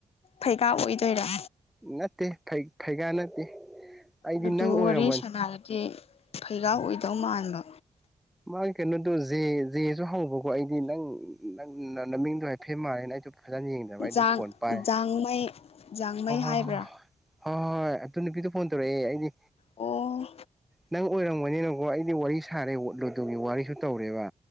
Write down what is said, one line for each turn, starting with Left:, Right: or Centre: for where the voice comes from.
Left: ꯐꯩꯒꯥꯥꯛ ꯑꯣꯏꯗꯣꯏꯔꯥ
Centre: ꯅꯠꯇꯦ ꯐꯩ ꯐꯩꯒꯥ ꯅꯠꯇꯦ ꯑꯩꯗꯤ
Left: ꯂꯨꯗꯨ
Centre: ꯅꯪ ꯑꯣꯏꯔꯝꯃꯅꯤ
Left: ꯋꯥꯔꯤ ꯁꯥꯟꯅꯔꯗꯤ ꯐꯩꯔꯥ ꯑꯣꯏꯗꯧ ꯃꯥꯟꯕ
Centre: ꯃꯥꯒꯤ ꯀꯩꯅꯣꯗꯣ ꯖꯦ ꯖꯦꯁꯨ ꯍꯧꯕꯀꯣ ꯑꯩꯗꯤ ꯅꯪ ꯅꯪ ꯅꯃꯤꯡꯗꯣ ꯍꯥꯏꯐꯦ ꯃꯥꯜꯂꯦꯅꯦ ꯑꯩꯁꯨ ꯐꯖꯅ ꯌꯦꯡꯗ꯭ꯔꯕ ꯑꯩꯗꯣ
Left: ꯥꯖꯡ
Centre: ꯐꯣꯟ ꯄꯥꯏ
Left: ꯖꯥꯡꯃꯩ ꯖꯥꯡꯃꯩ
Centre: ꯍꯣꯏ ꯍꯣꯏ
Left: ꯍꯏꯕ꯭ꯔꯥ
Centre: ꯍꯣꯏ ꯍꯣꯏ ꯍꯣꯏ ꯑꯗꯨ ꯅꯨꯄꯤꯗꯣ ꯐꯣꯟ ꯇꯧꯔꯛꯑꯦ ꯑꯩꯗꯤ
Left: ꯑꯣ
Centre: ꯅꯪ ꯑꯣꯏꯔꯝꯒꯅꯦ ꯍꯣ ꯑꯩꯗꯤ ꯋꯥꯔꯤ ꯁꯥꯔꯦ ꯂꯨꯗꯨꯒꯤ ꯋꯥꯔꯤꯁꯨ ꯇꯧꯔꯦꯕ